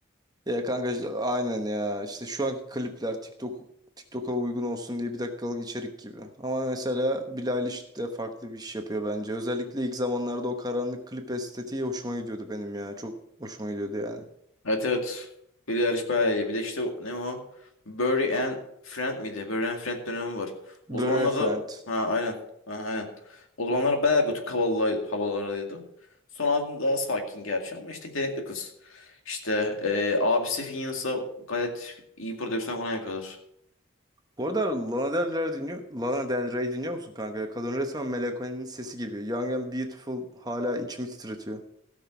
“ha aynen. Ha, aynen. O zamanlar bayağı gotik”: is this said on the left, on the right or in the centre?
Left